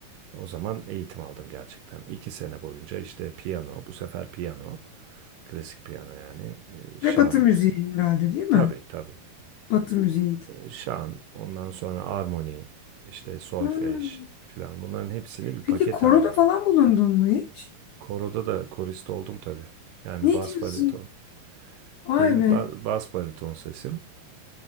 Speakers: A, on the right; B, on the left.
A: O zaman eğitim aldım gerçekten. İki sene boyunca işte piyano, bu sefer piyano, klasik piyano yani, e, şan.
B: Ve Batı müziği herhalde değil mi?
A: Tabii tabii.
B: Batı müziğiydi.
A: şan, ondan sonra armoni, işte solfej
B: Hmm.
A: filan bunların hepsini bir
B: Peki
A: paket
B: koroda
A: halinde aldım.
B: falan bulundun mu hiç?
A: Koroda da korist oldum tabii. Yani
B: Ne
A: bas
B: diyorsun?
A: bariton.
B: Vay
A: Benim
B: be.
A: ba- bas bariton sesim.